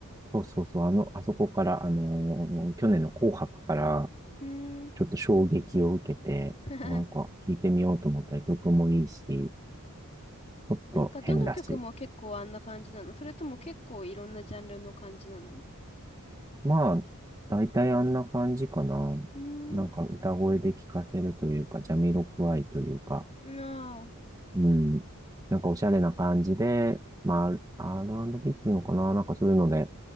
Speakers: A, on the right (about 15°); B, on the left (about 30°).
A: そうそうそう、あの、あそこから、あのー去年の紅白から、
B: うーん。
A: ちょっと衝撃を受けて、
B: <laughs>
A: なんか聴いてみようと思ったら曲もいいし、ちょっと変だし。
B: なんか、どの曲も結構あんな感じなのそれとも結構いろんなジャンルの感じなの
A: まあ、大体あんな感じかな。
B: うーん。
A: なんか歌声で聴かせるというか、ジャミロクワイというか、
B: ああ。
A: うん。なんかおしゃれな感じで、まあ、R&B っていうのかななんかそういうので、